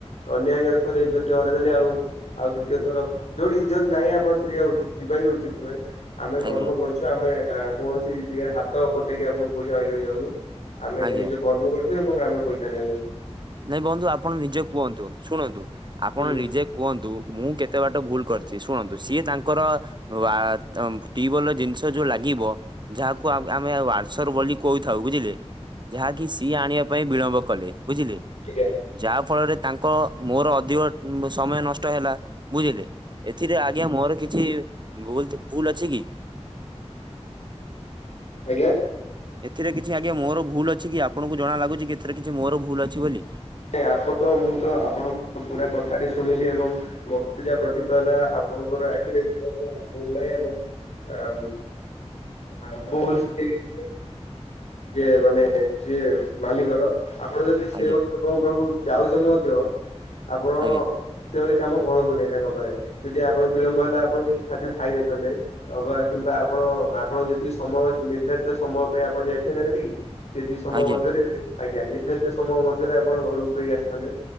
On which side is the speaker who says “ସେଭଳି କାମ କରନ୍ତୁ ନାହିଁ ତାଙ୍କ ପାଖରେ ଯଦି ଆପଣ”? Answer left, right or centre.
Left